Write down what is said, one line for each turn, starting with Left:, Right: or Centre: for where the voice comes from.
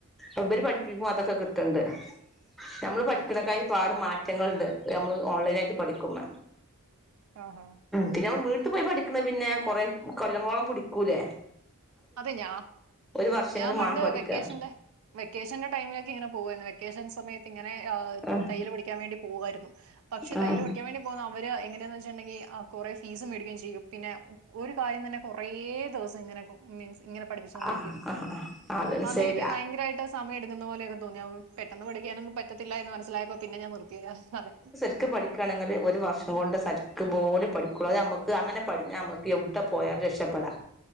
Centre: അവര് പഠിപ്പിക്കുമ്പം അതൊക്കെ കിട്ടുന്നുണ്ട് നമ്മള്
Right: ആഹാ
Centre: പഠിക്കണ കാര് ഒരുപാട് മാറ്റങ്ങളുണ്ട് നമ്മൾ ഓൺലൈന ആയിട്ട് പഠിക്കുമ്പ
Right: ആഹാ
Centre: പിന്നെമ്മ വീട്ട ട്ട് പോയി പഠിക്കണ പിന്നെ കുറെ കൊല്ലങ്ങളോളം പിടിക്കൂല്ലേ
Right: അതെ ഞാ
Centre: വർഷെങ്കിലും
Right: ഞാൻ പണ്ട്
Centre: വേണം പഠിക്ക
Right: വെക്കേഷന്റെ വെക്കേഷന്റെ ടൈമിലൊക്കെ ഇങ്ങനെ പോകുവായിരുന്നു വെക്കേഷൻ സമയത്ത് ഇങ്ങനെ
Centre: ആഹ്
Right: തയ്യൽ പഠിക്കൻ വേണ്ടി പോവായിരുന്നു പക്ഷെ
Centre: ആഹ്
Right: തയ്യൽ പഠിക്കാൻ വേണ്ടി അവര് എങ്ങനെയാന്ന് വെച്ചിട്ടുണ്ടെങ്കിൽ കുറെ ഫീസ് മേടിക്കുകയും ചെയ്യും പിന്നെ ഒരു കാര്യം തന്നെ കുറേ ദിവസം ഇങ്ങനെ മീൻസ് ഇങ്ങനെ പഠിപ്പിച്ച കൊണ്ടിരിക്കും
Centre: ആഹ് ആഹ് ആഹ് അതന്നെ
Right: അതെനിക്ക്
Centre: സൈഡ്
Right: ഭയങ്കരമായിട്ട് സമയം എടുക്കുന്ന പോലെയൊക്കെ തോന്നിയ പെട്ടെന്ന് പഠിക്കാനൊന്നും പറ്റത്തില്ല എന്ന് മനസ്സിലായപ്പോ പിന്നെ ഞാൻ നിർത്തിയതാ അതെ
Centre: എനിക്ക് പഠിക്കുകണെങ്കിൽ ഒരു വർഷം കൊണ്ട് സരിക്കക്ക് പോലെ പഠിക്കുള്ളൂ അത് നമുക്ക് അങ്ങനെ പഠിഞ്ഞാൽ നമുക്ക് എവിടെ പോയാലും രക്ഷപ്പെടാം